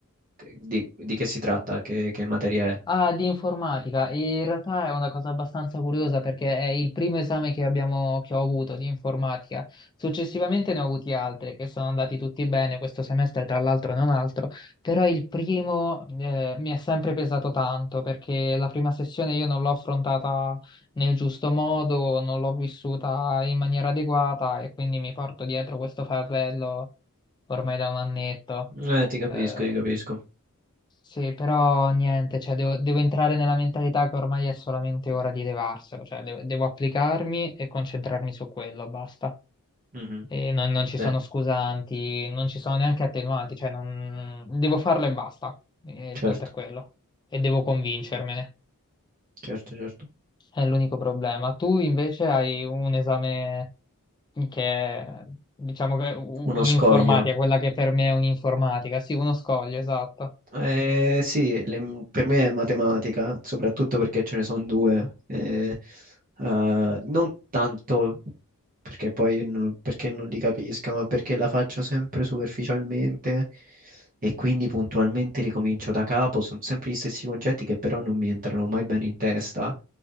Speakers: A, on the right (about 40°); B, on the left (about 20°).
A: Che- Di, di che si tratta? Che, che materia è?
B: Ah, di informatica. E in realtà è una cosa abbastanza curiosa perché è il primo esame che abbiamo, che ho avuto di informatica. Successivamente ne ho avuti altri che sono andati tutti bene questo semestre, tra l'altro e non altro, però il primo eh, mi è sempre pesato tanto perché la prima sessione io non l'ho affrontata nel giusto modo, non l'ho vissuta in maniera adeguata e quindi mi porto dietro questo fardello ormai da un annetto.
A: Eh, ti capisco,
B: Eh,
A: ti capisco.
B: sì, però niente, cioè devo, devo entrare nella mentalità che ormai è solamente ora di levarselo, cioè devo, devo applicarmi e concentrarmi su quello, basta.
A: Mhm.
B: E non, non ci
A: Bene.
B: sono scusanti, non ci sono neanche attenuanti, cioè non... devo farlo e basta. E il
A: Certo,
B: punto è quello. E devo convincermene.
A: certo, certo.
B: È l'unico problema. Tu invece hai un esame che è, diciamo che è u-
A: Uno
B: un'informatica,
A: scoglio.
B: quella che per me è un'informatica, sì, uno scoglio, esatto.
A: Eh, sì, le- per me è matematica, soprattutto perché ce ne sono due. Eh, eh, non tanto perché poi non, perché non li capisco, ma perché la faccio sempre superficialmente e quindi puntualmente ricomincio da capo. Sono sempre gli stessi concetti che però non mi entrano mai bene in testa